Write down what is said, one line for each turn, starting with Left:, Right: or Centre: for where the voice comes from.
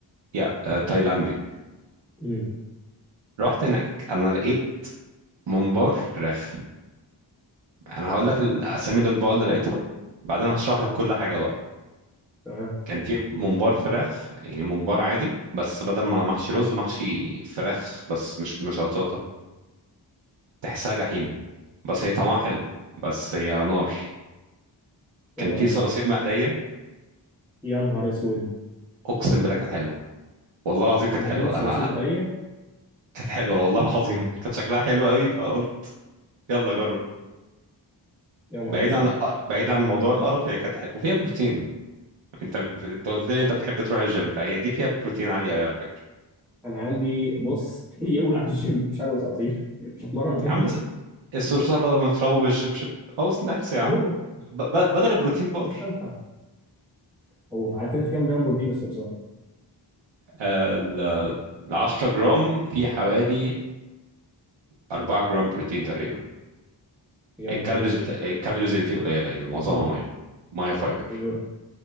Right: يا آه، تايلاندي
Centre: مم.
Right: رحت هناك انا لقيت ممبار فراخ انا هقول لك الاسامي الاطباق اللي لقيتها بعدين هشرح لك كل حاجه بقى
Centre: تمام
Right: كان في ممبار فراخ يعني ممبار عادي بس بدل ما محشي رز محشي فراخ بس مش مش قطاطه تحسها جحيم بس هي طعمها حلو بس هي نار
Centre: يا
Right: كان
Centre: نهار
Right: في
Centre: ازرق
Right: صراصير مقليه
Centre: يا نهار اسود
Right: اقسم بالله كانت حلوه والله العظيم كانت
Centre: انت
Right: حلوه
Centre: اكلت صراصير
Right: انا
Centre: مقليه
Right: كانت حلوه والله العظيم كانت شكلها حلو قوي فقلت يلا جرب
Centre: يا نهار
Right: بعيد
Centre: اسود
Right: عن بعيد عن موضوع القرف هي كانت حلوه وفيها بروتين انت ب- انت قلت لي انت بتحب تروح الجيم فهي دي فيها بروتين عالي قوي على فكره
Centre: انا عندي بص <laughs> يولع الجيم مش هاكل صراصير <laughs> مش هتمرن تاني
Right: يا عم بس الصرصار بدل ما تضربه بالشبشب او سناكس يا
Centre: اكله
Right: عم ب- ب- بدل البروتين بار
Centre: استنفع هو على كده في كام جرام بروتين الصرصار
Right: آه، ال ال 10 جرام في حوالي 4 جرام بروتين تقريبا
Centre: يا
Right: الكالوريز
Centre: نهار اسود
Right: بتا... الكالوريز اللي فيه قليله يعني معظمها
Centre: <clears throat>
Right: ميه ميه فايبر
Centre: <laughs> بيقول-